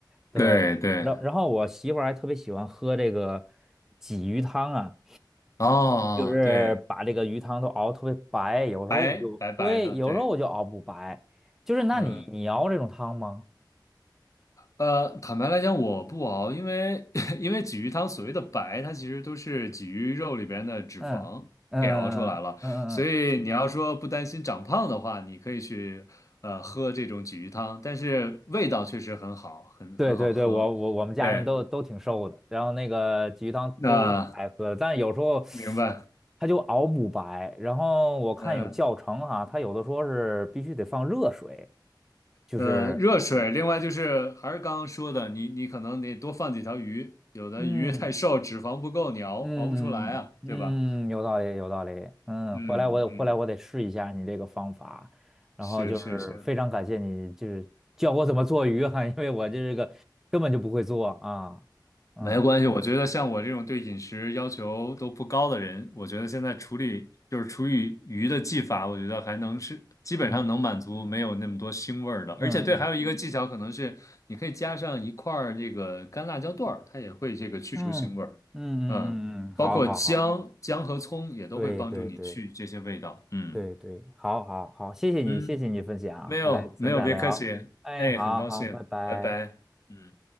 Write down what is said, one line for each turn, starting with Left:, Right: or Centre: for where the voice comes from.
Centre: 对，
Left: 对对，
Centre: 然然后我媳妇儿还特别喜欢喝这个鲫鱼汤啊，
Left: 哦对，
Centre: 就是把这个鱼汤都熬特别白，有时候我就对，
Left: 白白白的，
Centre: 有时候我就熬不白，
Left: 对，
Centre: 就是那你你熬这种汤吗？
Left: 嗯。呃，坦白来讲，我不熬，因为 <laughs> 因为鲫鱼汤所谓的白，它其实都是鲫鱼肉里边的脂肪给熬出来了，
Centre: 嗯嗯嗯嗯嗯嗯嗯，
Left: 所以你要说不担心长胖的话，你可以去呃喝这种鲫鱼汤，但是味道确实很好，很很好喝。
Centre: 对对对，我我我们家人都都挺瘦的，
Left: 对，
Centre: 然后那个鲫鱼汤都挺爱喝的，
Left: 那
Centre: 但是有时候
Left: 明白。
Centre: 它就熬不白，然后我看有教程哈、
Left: 呃
Centre: 它有的说是必须得放热水，就是
Left: 呃，热水，另外就是还是刚刚说的，你你可能得多放几条鱼，有的鱼太瘦，
Centre: 嗯。
Left: 脂肪不够，你熬熬不出来啊，
Centre: 嗯嗯嗯，
Left: 对吧？
Centre: 有道理，有道理。嗯，
Left: 嗯嗯，
Centre: 回来我得回来我得试一下你这个方法，然后就是非常感谢你，
Left: 是是是。
Centre: 就是教我怎么做鱼哈，因为我这个根本就不会做啊。嗯
Left: 没关系，我觉得像我这种对饮食要求都不高的人，我觉得现在处理就是处理鱼的技法，我觉得还能是基本上能满足没有那么多腥味儿的。
Centre: 嗯嗯嗯
Left: 而且对，还有一个技巧可能是你可以加上一块儿这个干辣椒段儿，它也会这个去除腥味儿。
Centre: 嗯嗯嗯嗯，
Left: 嗯，
Centre: 嗯好好好，
Left: 包括姜、姜和葱也都会帮助你去这些味道。
Centre: 对对对
Left: 嗯
Centre: 对对，好好好，谢谢你，
Left: 嗯，
Centre: 谢谢你分享，
Left: 没有没有，
Centre: 回来咱再聊。
Left: 别客气。
Centre: 哎，
Left: 哎，
Centre: 好好，
Left: 很高兴，
Centre: 拜拜。
Left: 拜拜。嗯。